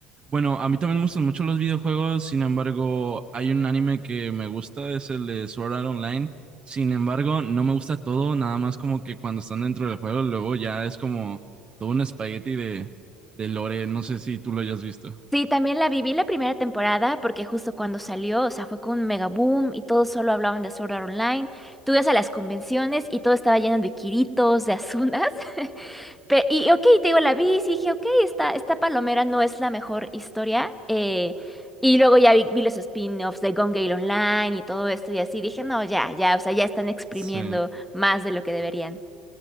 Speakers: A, on the right; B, in the centre.
A: bueno, a mí también me gustan mucho los videojuegos, sin embargo, hay un anime que me gusta, es el de Sword Art Online. Sin embargo, no me gusta todo, nada más como que cuando están dentro del juego, luego ya es como todo un espagueti de, de lore, no sé si tú lo hayas visto.
B: Sí, también la viví la primera temporada porque justo cuando salió, o sea, fue con un mega boom y todos solo hablaban de Sword Art Online. Tú ibas a las convenciones y todo estaba lleno de Kiritos, de Asunas. <laughs> Pe- y ok, te digo, la vi y sí dije, ok, esta, esta palomera no es la mejor historia. eh, y luego ya vi, vi los spin-offs de Gone Gale Online y todo esto y así. Dije, no, ya, ya, o sea, ya están exprimiendo
A: Sí.
B: más de lo que deberían.